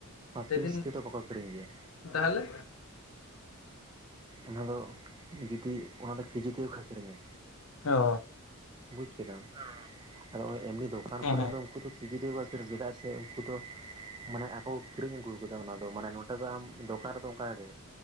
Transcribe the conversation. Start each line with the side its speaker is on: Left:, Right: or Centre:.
Left: ᱞᱟᱹᱭᱫᱟᱹᱧ
Right: ᱯᱤᱥ ᱛᱮᱫᱚ ᱵᱟᱠᱚ ᱟᱠᱷᱨᱤᱧ ᱜᱮᱭᱟ᱾
Left: ᱛᱟᱦᱚᱞᱮ
Right: ᱚᱱᱟ ᱫᱚ ᱡᱩᱫᱤ ᱚᱱᱟ ᱫᱚ ᱠᱮᱡᱤ ᱛᱮᱜᱮ ᱠᱚ ᱟᱹᱠᱷᱨᱤᱧᱟ᱾
Left: ᱚ
Right: ᱵᱩᱡᱽ ᱠᱮᱫᱟᱢ ᱟᱫᱚ ᱦᱚᱸᱜ ᱚᱭ ᱮᱢᱱᱤ ᱫᱚᱠᱟᱱ
Left: ᱦᱮᱸ
Right: ᱠᱚᱨᱮ
Left: ᱦᱮᱸ
Right: ᱫᱚ ᱩᱱᱠᱩ ᱫᱚ ᱠᱤᱠᱤ ᱛᱮᱜᱮ ᱠᱚ ᱟᱠᱷᱨᱤᱧᱟ ᱪᱮᱫᱟᱜ ᱥᱮ ᱩᱱᱠᱩ ᱫᱚ ᱢᱟᱱᱮ ᱟᱠᱚ ᱠᱚ ᱠᱤᱨᱤᱧ ᱟᱹᱜᱩ ᱟᱠᱟᱫᱟ ᱚᱱᱟ ᱫᱚ ᱢᱟᱱᱮ ᱱᱚᱸᱰᱮ ᱫᱚ ᱟᱢ ᱫᱚᱠᱟᱱ ᱨᱮᱫᱚ ᱚᱱᱠᱟ ᱜᱮ᱾